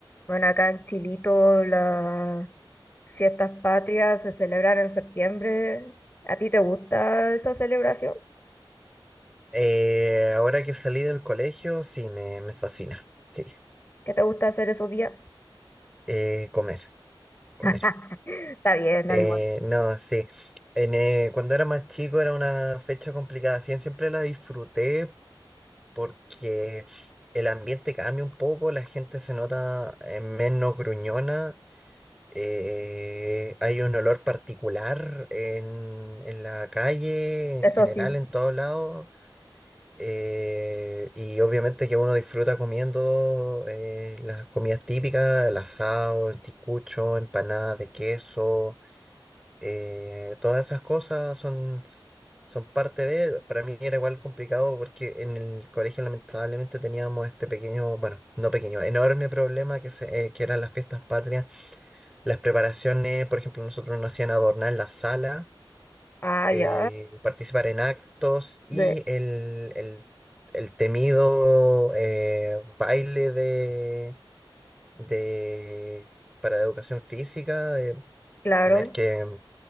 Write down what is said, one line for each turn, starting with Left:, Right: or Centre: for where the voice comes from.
Left: Bueno, acá en Chilito las fiestas patrias se celebran en septiembre. ¿A ti te gusta esa celebración?
Centre: Eh, ahora que salí del colegio, sí, me, me fascina. Sí,
Left: ¿Qué te gusta hacer esos días?
Centre: Eh, comer, comer.
Left: <laughs> Está bien, da
Centre: Eh,
Left: igual.
Centre: no, sí. En, eh, cuando era más chico era una fecha complicada. sí, siempre la disfruté porque el ambiente cambia un poco, la gente se nota eh, menos gruñona, eh, hay un olor particular en, en la calle,
Left: Eso
Centre: en general,
Left: sí.
Centre: en todos lados. Eh, y obviamente que uno disfruta comiendo eh, las comidas típicas, el asado, el ticucho, empanadas de queso, eh, todas esas cosas son, son parte de... Para mí era igual complicado porque en el colegio lamentablemente teníamos este pequeño, bueno, no pequeño, enorme problema que, se, eh, que eran las fiestas patrias, las preparaciones, por ejemplo, nosotros nos hacían adornar la sala
Left: Ah, ya.
Centre: eh, participar en actos
Left: de-
Centre: y el, el- el temido eh, baile de, de- para educación física, de
Left: claro.
Centre: tener que